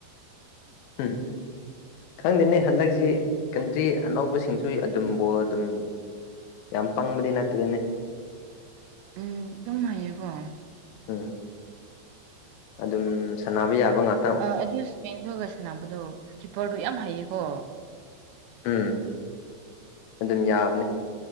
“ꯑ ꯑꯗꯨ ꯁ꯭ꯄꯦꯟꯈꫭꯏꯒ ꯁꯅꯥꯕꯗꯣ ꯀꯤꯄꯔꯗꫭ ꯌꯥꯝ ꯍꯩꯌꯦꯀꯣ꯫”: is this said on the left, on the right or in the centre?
Right